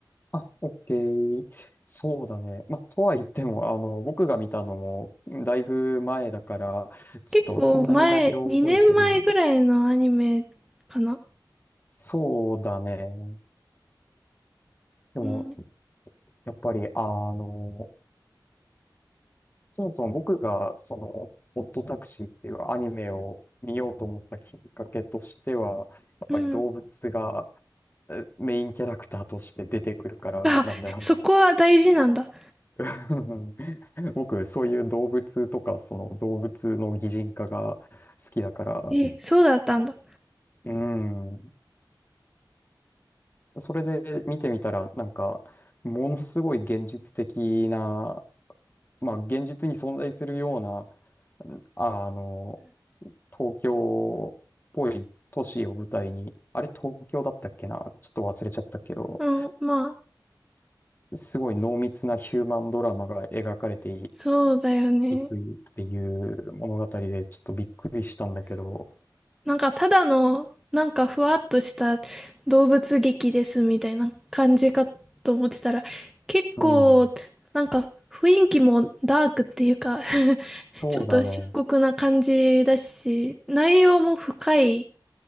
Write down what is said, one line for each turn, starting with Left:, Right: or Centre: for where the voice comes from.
Left: あ、オッケー。そうだね。まあ、とは言っても、あの、僕が見たのも、だいぶ前だから、ちょっとそんなに内容を覚えてる。
Centre: 結構前、2年前ぐらいのアニメかな
Left: そうだね。でも、
Centre: うん、
Left: やっぱり、あの、そもそも僕がその「オットタクシー」っていうアニメを見ようと思ったきっかけとしてはやっぱり動物が
Centre: うん。
Left: えメインキャラクターとして出てくるからなんだよな
Centre: あ、そこは大事なんだ。
Left: <laughs> 僕そういう動物とかその動物の擬人化が好きだから
Centre: え、そうだったんだ。
Left: うんそれで見てみたらなんかものすごい現実的なまあ現実に存在するようなあの東京っぽい都市を舞台に、あれ東京だったっけなちょっと忘れちゃったけど、
Centre: うん、まあ、
Left: すごい濃密なヒューマンドラマが描かれてい
Centre: そうだよね。
Left: いくっていう物語で、ちょっとびっくりしたんだけど、
Centre: なんかただの、なんかふわっとした動物劇ですみたいな感じかと思ってたら、結構、
Left: うん、
Centre: なんか雰囲気もダークっていうか <laughs>
Left: そうだね。
Centre: ちょっと深刻な感じだし、内容も深い